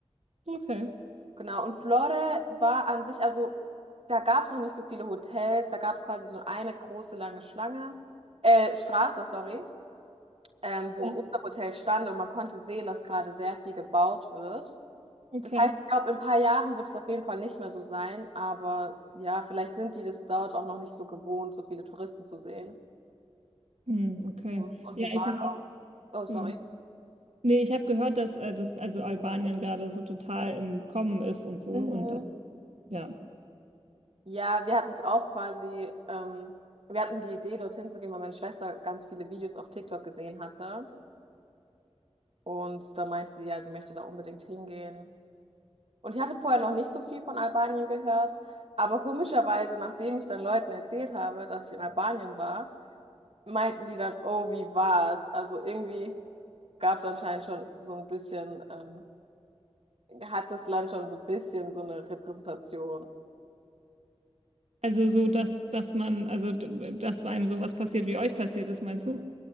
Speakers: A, on the right; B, on the right.
A: okay,
B: Genau, und Flore war an sich, also da gab es noch nicht so viele Hotels, da gab es quasi so eine große lange Schlange, äh, Straße, sorry, ähm, wo
A: ja,
B: unser Hotel stand und man konnte sehen, dass gerade sehr viel gebaut wird.
A: okay.
B: Das heißt, ich glaube, in ein paar Jahren wird es auf jeden Fall nicht mehr so sein, aber ja, vielleicht sind die das dort auch noch nicht so gewohnt, so viele Touristen zu sehen.
A: Hm, okay.
B: Und, und
A: Ja,
B: wir waren
A: ich habe auch,
B: auch, oh, sorry.
A: ja. Nee, ich habe gehört, dass äh, das, also Albanien gerade so total im Kommen ist und so
B: Mhm.
A: und dann, ja.
B: Ja, wir hatten es auch quasi, ähm, wir hatten die Idee, dorthin zu gehen, weil meine Schwester ganz viele Videos auf TikTok gesehen hatte. Und da meinte sie ja, sie möchte da unbedingt hingehen. Und ich hatte vorher noch nicht so viel von Albanien gehört, aber komischerweise, nachdem ich dann Leuten erzählt habe, dass ich in Albanien war, meinten die dann, oh, wie war's? Also irgendwie gab es anscheinend schon so ein bisschen, ähm, hat das Land schon so ein bisschen so eine Repräsentation.
A: Also so, dass, dass man, also d- dass bei einem sowas passiert, wie euch passiert ist, meinst du?